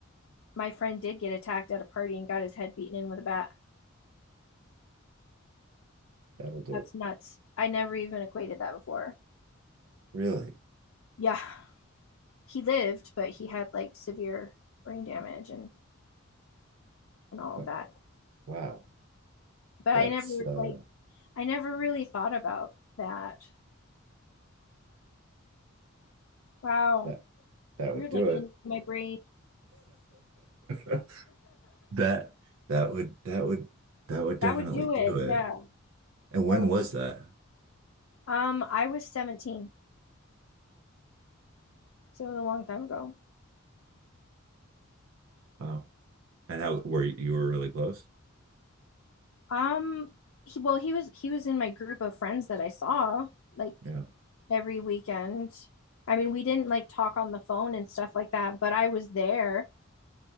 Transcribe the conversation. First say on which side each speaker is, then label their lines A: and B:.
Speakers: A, on the left; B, on the right.
A: my friend did get attacked at a party and got his head beaten in with a bat.
B: That'll do
A: That's
B: it.
A: nuts. I never even equated that before.
B: Really?
A: Yeah. He lived, but he had like severe brain damage and and all
B: Wa-
A: of that.
B: Wow.
A: But
B: That's
A: I never
B: uh
A: like I never really thought about that. Wow.
B: that that would
A: You're like
B: do
A: in
B: it.
A: my brain. <laughs>
B: <laughs> That that would that would that would definitely
A: That would do
B: do
A: it.
B: it.
A: Yeah.
B: And when
A: That would
B: was that?
A: Um, I was 17, so it was a long time ago.
B: Wow. And how were you, you were really close?
A: Um, he, well, he was he was in my group of friends that I saw like
B: Yeah.
A: every weekend. I mean, we didn't like talk on the phone and stuff like that, but I was there